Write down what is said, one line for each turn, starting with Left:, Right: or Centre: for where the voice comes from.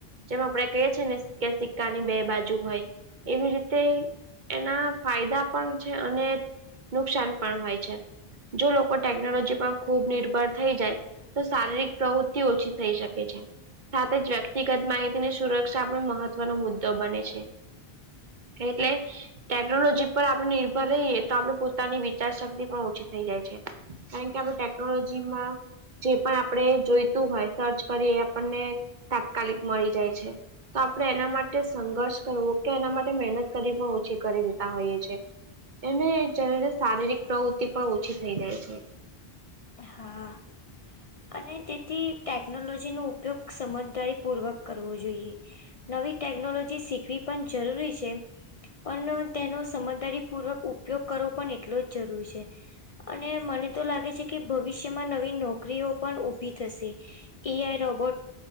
Right: જેમ આપણેે કહીએ છીએ ને કે સિક્કાની બે બાજુ હોય એવી રીતે એના ફાયદા પણ છે અને નુકસાન પણ હોય છે. જો લોકો ટેકનોલોજી પર ખૂબ નિર્ભર થઈ જાય, તો શારીરિક પ્રવૃત્તિ ઓછી થઈ શકે છે. સાથે જ વ્યક્તિગત માહિતીની સુરક્ષા પણ મહત્વનો મુદ્દો બને છે. એટલે ટેકનોલોજી પર આપ નિર્ભર રહીએ તો આપડે પોતાની વિચારશક્તિ પણ ઓછી થઈ જાય છે. કારણ કે આપણે ટેકનોલોજીમાં જે પણ આપડે જોઈતું હોય સર્ચ કરીએ એ આપણને તાત્કાલિક મળી જાય છે. તો આપડે એના માટે સંઘર્ષ કરવો ઓકે એના માટે મહેનત કરવી પણ ઓછી કરી દે તાં હોઈએ છે એને શારીરિક પ્રવૃતિ પણ ઓછી થઈ જાય છે.
Left: હા. અને તેથી ટેકનોલોજીનો ઉપયોગ સમજદારીપુર્વક કરવો જોઈએ. નવી ટેકનોલોજી શીખવી પણ જરૂરી છે. પણ તેનો સમજદારી પૂર્વકઉપયોગ કરવો પણ એટલો જ જરૂર છે. અને મને તો લાગે છે કે ભવિષ્યમાં નવી નોકરીઓ પણ ઉભી થશે. એઆઈ રોબોટ